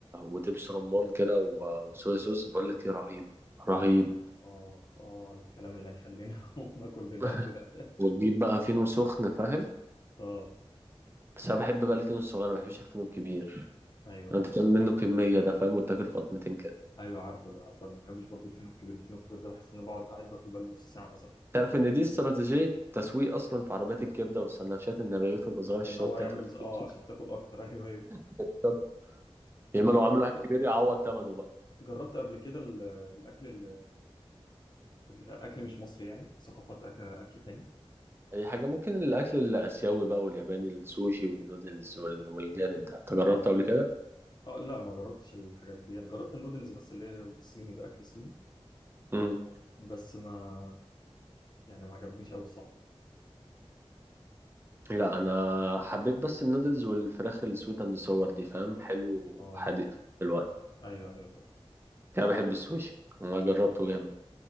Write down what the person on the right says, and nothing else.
ودبس رمان كده و... وصويا صوص بقول لك ايه رهيب رهيب
<laughs>
وتجيب بقى فينو سخن فاهم
بس انا بحب بقى الفينو الصغير ما بحبش الفينو الكبير
انت
تعمل منه كميه ده فاهم وتاكل في قطمتين كده
تعرف ان دي استراتيجيه تسويق اصلا في عربيات الكبده والسندوتشات ان الرغيف يبقى صغير عشان
تقعد
تاكل
كتير
<laughs> طب
يا اما
لو
عامل واحد كبير يعوض ثمنه بقى
اي حاجه ممكن الاكل الاسيوي بقى والياباني السوشي والنودلز وال... والجانب ده انت جربته قبل كده؟
مم.
لا انا حبيت بس النودلز والفراخ السويت اند صور دي فاهم حلو
وحادق في الوقت
انا بحب السوشي انا جربته جامد